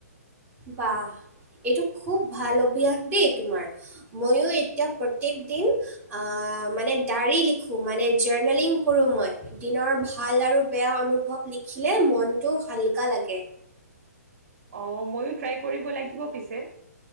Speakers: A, on the right (about 15°); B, on the right (about 55°).
A: বাহ, এইটো খুব ভাল অভ্যাস দেই তোমাৰ। ময়ো এতিয়া প্ৰত্যেক দিন আ মানে ডায়ৰী লিখো মানে জাৰ্নেলিং কৰোঁ মই। দিনৰ ভাল আৰু বেয়া অনুভৱ লিখিলে মনটো হালকা লাগে।
B: অঁ ময়ো ট্ৰাই কৰিব লাগিব পিছে।